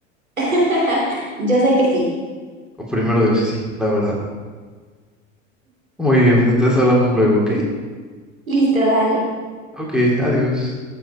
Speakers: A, on the right; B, in the centre.
A: <laughs> Yo sé que sí.
B: O primero Dios, sí, sí, la verdad. Muy bien, pues entonces hablamos luego, ¿ok?
A: Listo, dale.
B: Ok, adiós.